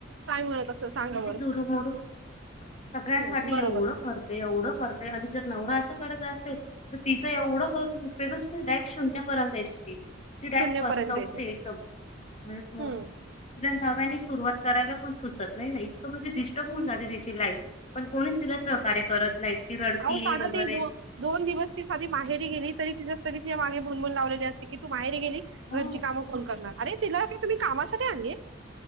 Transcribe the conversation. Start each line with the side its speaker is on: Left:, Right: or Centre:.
Right: काय म्हणत असल. सांगा ब
Left: जुरूमरू. सगळ्यांसाठी
Right: हम्म, बरोबर
Left: एवढं करते, एवढं करतंय आणि जर तिचा नवरा अस करत असेल, तर तिचं एवढं करून उपयोगच नाही. <unintelligible> तिडाक
Right: शून्य
Left: पस्तावते
Right: पर्यंत जायचे
Left: एकदम. म्हणजे म
Right: हम्म
Left: तिला नव्याने सुरुवात करायला सुचत नाही ना. इतकं म्हणजे, डिस्टर्ब होऊन जाते तिची लाईफ. पण कोणीच तिला सहकार्य करत नाही. ती रडतीये
Right: आओ साध,
Left: वगैरे
Right: ती दो दोन दिवस ती साधी माहेरी गेली. तरी तिज तरी मागे बुनबून लावलेली असते की, तू माहेर गेली.
Left: हो
Right: घरची कामं कोण करणार? अरे, तिला काय तुम्ही कामासाठी आणलीय?